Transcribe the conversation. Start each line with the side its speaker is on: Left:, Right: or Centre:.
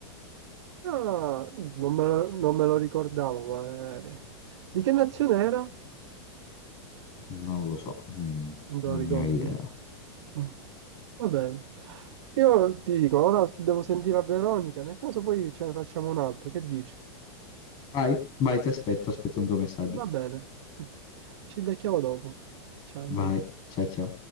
Right: ah, non me lo, non me lo ricordavo, ma... eh, Di che nazione era?
Left: Non lo so, Mm,
Right: Non te lo
Left: non
Right: ricordi?
Left: ne ho idea.
Right: Mm. Va bene. Io ti dico, ora devo sentire a Veronica, nel caso poi ce ne facciamo un'altra, che dici?
Left: Vai, vai, ti aspetto, aspetto un tuo messaggio.
Right: Va bene. <laughs> Ci becchiamo dopo. Ciao. Enrico.
Left: Vai, ciao ciao.